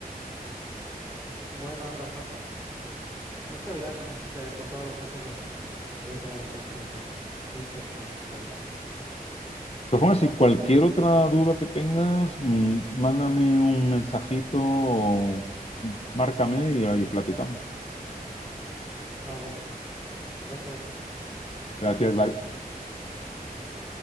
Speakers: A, on the right; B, on the left.
A: bueno, Rafa, muchas gracias este, por todos los consejos. Este, los voy a tomar en cuenta para ir próximamente para allá.
B: todas formas, si cualquier otra duda que tengas, mm, mándame un mensajito o mm, márcame y ahí platicamos.
A: Vale, gracias.
B: Gracias, bye.
A: Bye bye.